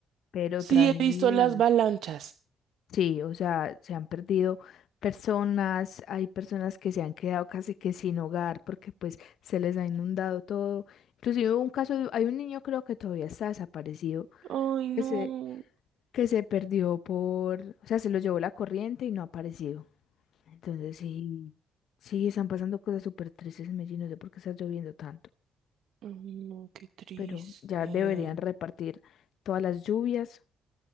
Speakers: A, on the left; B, on the right.
A: pero
B: Sí,
A: tragedias.
B: he visto las avalanchas.
A: Sí, o sea, se han perdido personas, hay personas que se han quedado casi que sin hogar porque pues se les ha inundado todo. Inclusive hubo un caso, de- hay un niño creo que todavía está desaparecido,
B: Ay, no.
A: que se, que se perdió por, o sea, se lo llevó la corriente y no ha aparecido. Entonces sí, sí, están pasando cosas súper tristes en Medellín, no sé por qué está lloviendo tanto,
B: No, qué triste.
A: pero ya deberían repartir todas las lluvias